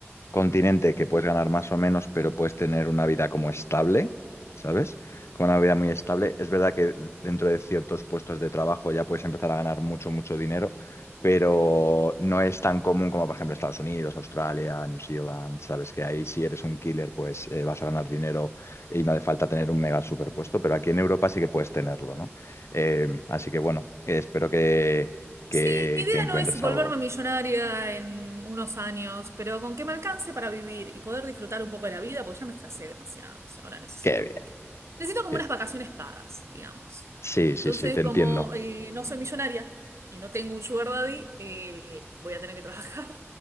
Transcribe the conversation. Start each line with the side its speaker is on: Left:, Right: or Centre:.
Left: continente que puedes ganar más o menos, pero puedes tener una vida como estable, ¿sabes? Como una vida muy estable. Es verdad que dentro de ciertos puestos de trabajo ya puedes empezar a ganar mucho, mucho dinero, pero no es tan común como, por ejemplo, Estados Unidos, Australia, New Zealand, ¿sabes? Que ahí si eres un killer, pues eh, vas a ganar dinero y no hace falta tener un mega superpuesto, pero aquí en Europa sí que puedes tenerlo, ¿no? Eh, así que bueno, eh, espero que, que,
Right: Sí, mi idea
Left: que encuentres
Right: no es volverme
Left: algo.
Right: millonaria en unos años, pero con que me alcance para vivir y poder disfrutar un poco de la vida, porque ya me estresé demasiado, o sea, ahora necesito
Left: Qué bien,
Right: un poquito. Necesito como
Left: qué
Right: unas
Left: bien.
Right: vacaciones pagas, digamos.
Left: Sí, sí,
Right: Entonces,
Left: sí, te entiendo.
Right: como eh, no soy millonaria y no tengo un sugar daddy, eh, voy a tener que trabajar.